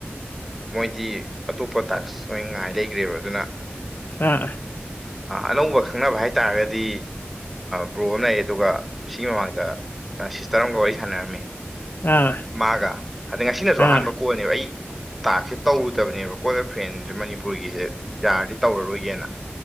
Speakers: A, in the centre; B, on the left (about 55°).
A: ꯃꯣꯏꯗꯤ ꯑꯇꯣꯞꯄ ꯇꯥꯛꯁ ꯑꫭꯏ ꯉꯥꯏ ꯂꯩꯈ꯭ꯔꯦꯕ ꯑꯗꯨꯅ
B: ꯑꯥ
A: ꯑꯅꯧꯕ ꯈꯪꯅꯕ ꯍꯥꯏꯇꯥꯥꯔꯒꯗꯤ ꯕ꯭ꯔꯣ ꯑꯃ ꯂꯩ ꯑꯗꯨꯒ ꯁꯤꯒꯤ ꯃꯃꯥꯡꯗ ꯁꯤꯁꯇꯔ ꯑꯃꯒ ꯋꯥꯔꯤ ꯁꯥꯟꯅꯔꯝꯃꯤ
B: ꯑꯥ
A: ꯃꯥꯒ ꯑꯗ ꯉꯁꯤꯅꯁꯨ
B: ꯑꯥ
A: ꯑꯍꯥꯟꯕ ꯀꯣꯟꯅꯦꯕ ꯑꯩ ꯇꯥꯛꯁꯦ ꯇꯧꯔꯨꯗꯕꯅꯦꯕꯀꯣ ꯀꯣꯂꯦ ꯐ꯭ꯔꯦꯟꯁꯦ ꯃꯅꯤꯄꯨꯔꯒꯤꯁꯦ ꯌꯥꯔꯗꯤ ꯇꯧꯔꯔꯣꯏꯒꯦꯅ